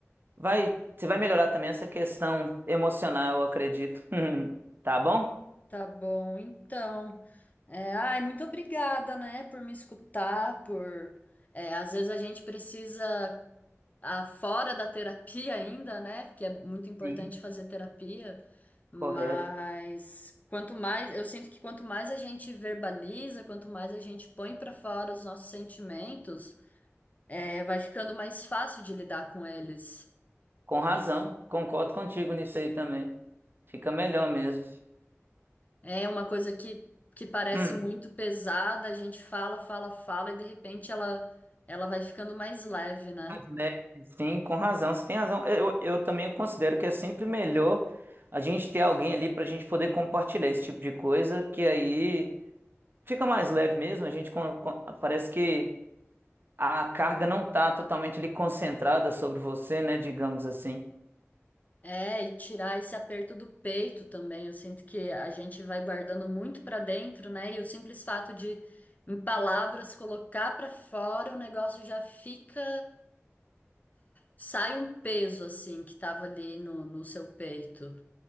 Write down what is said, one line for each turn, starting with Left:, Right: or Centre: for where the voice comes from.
Right: Vai, você vai melhorar também essa questão emocional, eu acredito. <laughs> Tá bom?
Left: Tá bom, então. É, ai, muito obrigada, né, por me escutar, por... é, às vezes a gente precisa, ah, fora da terapia ainda, né? Porque é muito importante
Right: Sim.
Left: fazer terapia, mas
Right: Correto.
Left: quanto mais, eu sinto que quanto mais a gente verbaliza, quanto mais a gente põe pra fora os nossos sentimentos, É, vai ficando mais fácil de lidar com eles.
Right: Com razão. Concordo contigo nisso aí também. Fica melhor mesmo.
Left: É uma coisa que, que parece
Right: Hum,
Left: muito pesada, a gente fala, fala, fala, e de repente ela, ela vai ficando mais leve, né?
Right: mais leve. Sim, com razão. Você tem razão. Eu, eu também considero que é sempre melhor a gente ter alguém ali para a gente poder compartilhar esse tipo de coisa, que aí fica mais leve mesmo. A gente con- con- parece que a carga não tá totalmente ali concentrada sobre você, né? Digamos assim.
Left: É, e tirar esse aperto do peito também. Eu sinto que a gente vai guardando muito pra dentro, né? E o simples fato de, em palavras, colocar pra fora, o negócio já fica. Sai um peso, assim, que tava ali no, no seu peito.